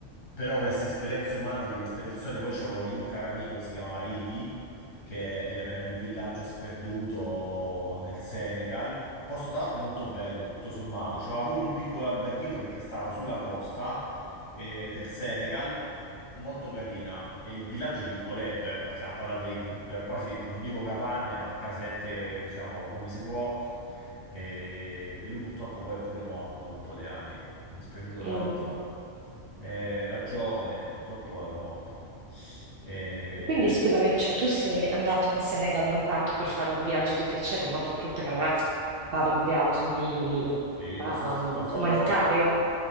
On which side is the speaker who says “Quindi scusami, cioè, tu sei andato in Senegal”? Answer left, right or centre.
Right